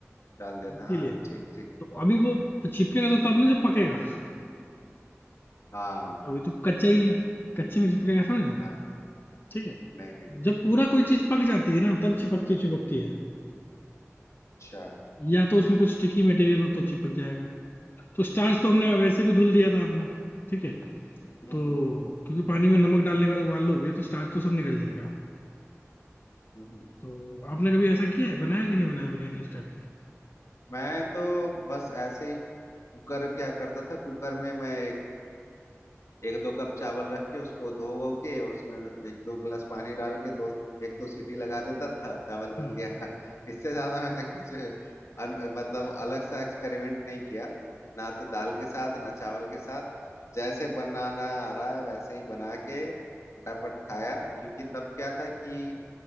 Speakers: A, on the left (about 70°); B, on the left (about 45°).
A: डाल दिया
B: इसीलिए
A: था हाँ ठीक ठीक
B: तो अभी वो चिपकेगा तो तब ना जब पकेगा
A: हाँ
B: अभी तो कच्चा ही है कच्चे में चिपकेगा थोड़ी ना
A: हाँ
B: ठीक है
A: नहीं नहीं
B: जब पूरा कोई चीज पक जाती है ना तब चिपकती चिपकती है
A: अच्छा
B: या तो उसमें कुछ स्टिकी मटेरियल हो तो चिपक जाएगा तो स्टार्च तो हमने वैसे भी धुल दिया था आपने ठीक है
A: हम्म
B: तो
A: हम्म
B: क्योंकि पानी में नमक डालने के बाद उबाल लोगे तो स्टार्च तो सब निकल जाएगा
A: हम्म, हम्म।
B: तो आपने कभी ऐसा किया है बनाया कि नहीं बनाया बिरयानी इस टाइप की
A: मैं तो बस ऐसे ही कुकर क्या करता था कुकर में मैं एक दो कप चावल रख के उसको धो वो के उसमें एक दो गिलास पानी डाल के दो एक दो सीटी लगा देता था चावल
B: हम्म,
A: बन गया <laughs> इससे ज्यादा मैंने कुछ अन, मतलब अलग सा एक्सपेरिमेंट नहीं किया ना तो दाल के साथ ना चावल के साथ जैसे बनाना आ रहा है वैसे ही बना के फटाफट खाया क्योंकि तब क्या था कि